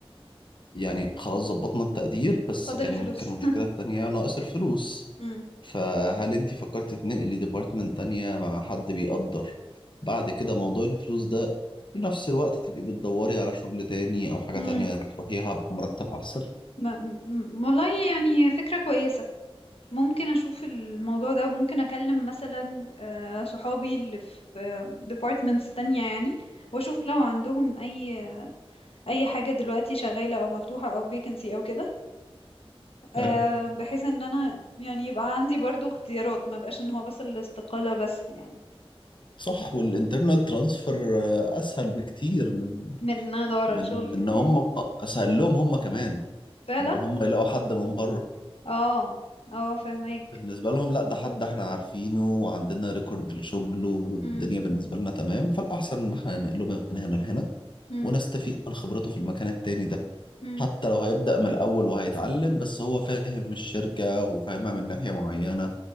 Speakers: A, on the left; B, on the left.
A: يعني خلاص ظبطنا التقدير بس كان
B: الفلوس
A: كان
B: <laughs>
A: المشكلة التانية ناقص الفلوس
B: مم.
A: فهل انت فكرتي تنقلي ديبارتمنت تانية مع حد بيقدر بعد كده موضوع الفلوس ده في نفس الوقت تبقي بتدوري على شغل تاني او حاجة
B: مم.
A: تانية تروحيها بمرتب احسن
B: ما- م- والله يعني هي فكرة كويسة ممكن أشوف الموضوع ده ممكن أكلم مثلا آه، صحابي اللي في ديبارتمنتس تانية يعني وأشوف لو عندهم أي أي حاجة دلوقتي شغالة أو مفتوحة أو vacancy أو كده آه،
A: هل
B: بحيث ان انا يعني يبقى عندي برضو اختيارات ما بقاش ان هو بس الاستقالة بس يعني
A: صح والانترنال ترانسفير اسهل بكتير من
B: من ان انا ادور
A: من
B: على شغل
A: من ان
B: جديد
A: هم اسهل لهم هم كمان
B: فعلا
A: ان هم يلاقوا حد من بره
B: اه اه فهمك
A: بالنسبه لهم لا ده حد احنا عارفينه وعندنا ريكورد لشغله والدنيا
B: امم
A: بالنسبه لنا تمام فالاحسن ان احنا ننقله من هنا لهنا
B: امم
A: ونستفيد من خبرته في المكان التاني ده
B: امم
A: حتى لو هيبدا من الاول وهيتعلم بس هو فاهم الشركه وفاهمها من ناحيه معينه